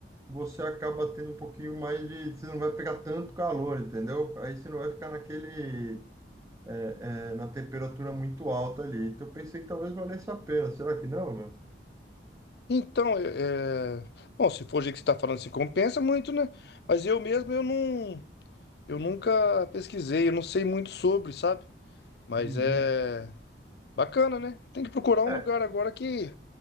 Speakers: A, on the right (about 20°); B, on the left (about 65°).
A: você acaba tendo um pouquinho mais de, você não vai pegar tanto calor, entendeu? Aí você não vai ficar naquele, é, é, na temperatura muito alta ali. Então eu pensei que talvez valesse a pena. Será que não, meu?
B: Então, é... é- Bom, se for o jeito que você está falando, se compensa muito, né? Mas eu mesmo, eu não... Eu nunca pesquisei, eu não sei muito sobre, sabe? Mas
A: Uhum.
B: é... Bacana, né? Tem que procurar um
A: É,
B: lugar agora que...